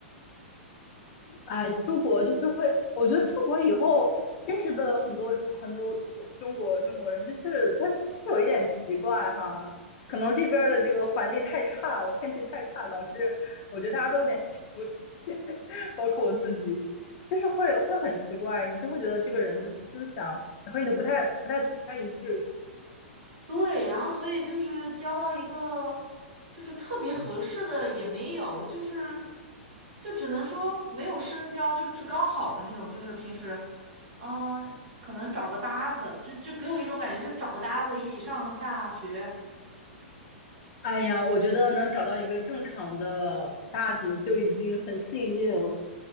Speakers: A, on the left; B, on the right.
A: 哎，出国就是会，我觉得出国以后认识的很多很多国中国中国人，就是他是有一点奇怪哈，可能这边儿的这个环境太差了，天气太差了导致我觉得大家都有点心理问题，<laughs> 包括我自己，就是会会很奇怪，你就会觉得这个人的思想和你的不太不太不太一致。
B: 对，然后所以就是交到一个就是特别合适的也没有，就是就只能说没有深交，就是刚好的那种，就是平时，嗯、可能找个搭子，就就给我一种感觉，就是找个搭子一起上下学。
A: 哎呀，我觉得能找到一个正常的搭子就已经很幸运了。